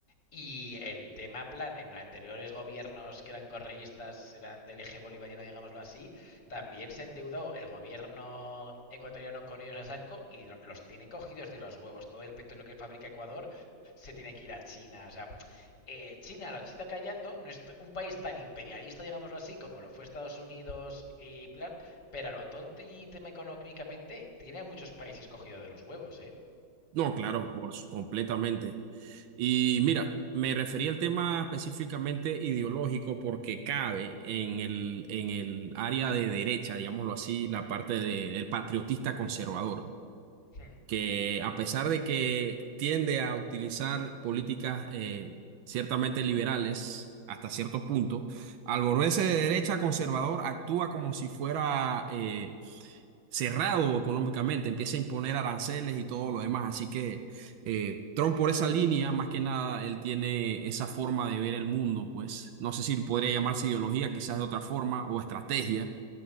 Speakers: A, on the left; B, on the right.
A: y el tema plan en los anteriores gobiernos que eran correístas, eran del eje bolivariano, digámoslo así, también se endeudó el gobierno ecuatoriano con ellos a saco y lo- los tiene cogidos de los huevos. Todo el petróleo que fabrica Ecuador se tiene que ir a China. O sea, eh, China lo chita callando, no es t- un país tan imperialista, digámoslo así, como lo fue Estados Unidos y plan, pero a lo tonto y tema económicamente tiene a muchos países cogidos de los huevos, ¿eh?
B: no, claro, por su- completamente. Y mira, me refería al tema específicamente ideológico porque cabe en el en el área de derecha, digámoslo así, la parte del patriotista conservador.
A: Hmm,
B: que a pesar de que tiende a utilizar políticas eh, ciertamente liberales hasta cierto punto, al volverse de derecha conservador actúa como si fuera eh, cerrado económicamente, empieza a imponer aranceles y todo lo demás. Así que eh, Trump por esa línea, más que nada, él tiene esa forma de ver el mundo, pues no sé si podría llamarse ideología, quizás de otra forma, o estrategia